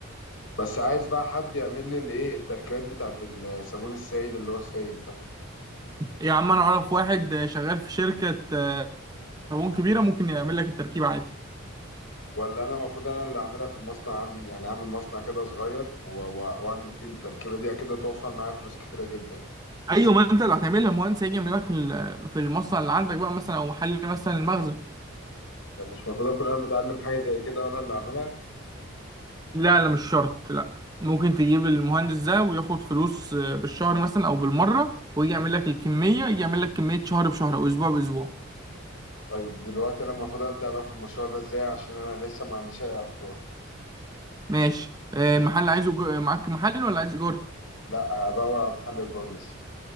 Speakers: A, on the left (about 65°); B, on the right (about 15°).
A: بس عايز بقى حد يعمل لي الايه التركيبات بتاعت الصابون السائل اللي هو السايب ده
B: يا عم انا اعرف واحد آه، شغال في شركه آه، صابون كبيره ممكن يعمل لك التركيب عادي
A: ولا انا المفروض انا اللي اعملها في المصنع عندي يعني اعمل مصنع كده صغير و- و- واعمل فيه التركيبه دي اكيد هتوفر معايا فلوس كتيره جدا
B: ايوه ما انت اللي هتعملها المهندس هيجي يعمل لك في ال- في المصنع اللي عندك بقى مثلا او محل مثلا المخزن
A: طب مش المفروض اكون انا متعلم حاجه زي كده وانا اللي اعملها
B: لا لا مش شرط لا ممكن تجيب المهندس ده وياخد فلوس آه، بالشهر مثلا او بالمره ويجي يعمل لك الكميه يجي يعمل لك كميه شهر بشهر او اسبوع باسبوع
A: طيب دلوقتي انا المفروض ابدا بقى في المشروع ده ازاي عشان انا لسه ما عنديش اي افكار
B: ماشي آه، المحل عايزه جو- معاك محل ولا عايز ايجار
A: لا هدور على محل ايجار لسه